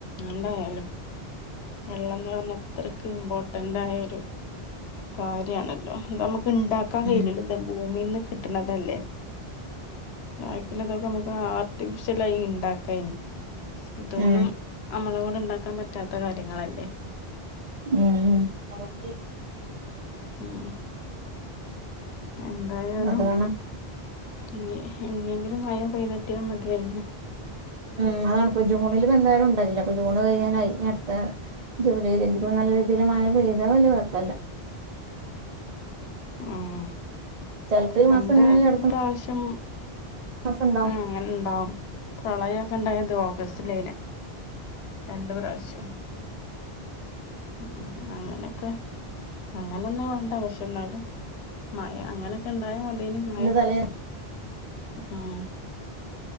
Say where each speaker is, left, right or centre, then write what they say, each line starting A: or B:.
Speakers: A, on the left; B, on the right.
A: എന്തായാലും വെള്ളന്ന് പറഞ്ഞ അത്ര ക്ക് ഇമ്പോർട്ടന്റ് ആയ ഒരു കാര്യമാണല്ലോ നമ്മുക്ക് ഇണ്ടാക്കാൻ കഴിയ്യൂല്ലല്ലോ.
B: ഉം
A: ഇത് ഭൂമിന്ന് കിട്ടണതല്ലേ. ബാക്കിയുള്ളതൊക്കെ നമ്മുക്ക് ആർട്ടിഫിഷ്യൽ ആയി ഇണ്ടാക്കാനി. ഇതൊന്നും
B: ഉം
A: നമ്മളെ കൊണ്ട് ഉണ്ടാക്കാൻ പറ്റാത്ത കാര്യങ്ങളല്ലേ.
B: ഉം ഉം <unintelligible>
A: ഉം എന്തായാലും
B: അതാണ്
A: ഇ ഇനിയെങ്കിലും മഴ പെയ്ത് കിട്ടിയാൽ മതിയാരുന്ന്.
B: ഉം അതാണ് ഇപ്പൊ ജൂണില് ഇപ്പോ എന്തായാലും ഉണ്ടായില്ല അപ്പൊ ജൂണ് കഴിയാനായി ഇനി അടുത്ത. ജൂലൈയിലെങ്കിലും നല്ല രീതിയിൽ മഴ പെയ്താ വലിയ കുഴപ്പമില്ല.
A: ഉം
B: ചിലപ്പോ ഈ
A: രണ്ട്
B: മാസം എങ്ങനെയാലും അടുത്ത
A: പ്രാവശ്യം.
B: <unintelligible>
A: ഉം അങ്ങനെ ഉണ്ടാവും പ്രളയൊക്കെ ഉണ്ടായത് ഓഗസ്റ്റ് <unintelligible> രണ്ട് പ്രാവശ്യം. ഉം അങ്ങനെയൊക്കെ. അങ്ങനൊന്നും വേണ്ട പക്ഷെ എന്നാലും മഴ അങ്ങനൊക്കെ ഉണ്ടായാ മത്യേനു മഴ
B: അതിന്റെ തലേന്ന്
A: ഉം